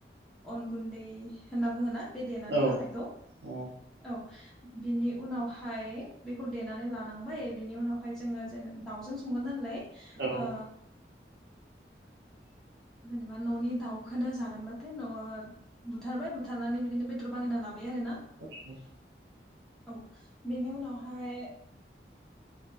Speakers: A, in the centre; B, on the right (about 75°).
A: अन गुन्दै होनना बुङोना बे देनानै
B: औ
A: लानायखौ
B: औ
A: औ बिनि उनावहाय बेखौ देनानै लानांबाय बिनि उनावहाय जोङो जेनबा दाउजों सङो नालाय
B: औ
A: ओ
B: <unintelligible>
A: जेनेबा न'नि दाउखोनो जागोनबाथाय न' ओ बुथारबाय बुथारनानै बिदिनो बेदर बानायना लाबाय आरो ना
B: औ
A: औ बेनि उनावहाय